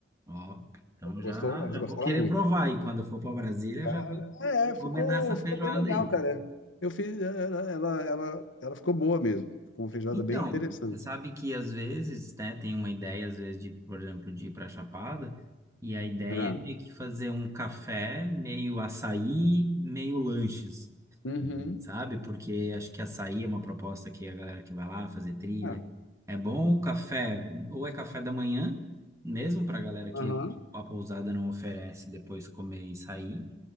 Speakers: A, on the right (about 15°); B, on the left (about 80°).
A: Ó, então já,
B: Gostou? Elas
A: já
B: gostaram
A: vou querer
B: muito.
A: provar aí. Quando eu for para Brasília,
B: Cara,
A: já vou
B: é, ficou,
A: encomendar essa
B: ficou
A: feijoada
B: bem legal,
A: aí.
B: cara. Eu fiz, ela, ela, ela, ela ficou boa mesmo. Ficou uma feijoada
A: Então,
B: bem interessante.
A: você sabe que às vezes, né, tem uma ideia, às vezes, de, por exemplo, de ir para Chapada, e a ideia
B: Ah.
A: é meio que fazer um café, meio açaí, meio lanches,
B: Uhum.
A: assim, sabe? Porque acho que açaí é uma proposta que a galera que vai lá fazer trilha.
B: Ah,
A: É bom o café, ou é café da manhã, mesmo para a galera que
B: aham.
A: a pousada não oferece depois comer e sair,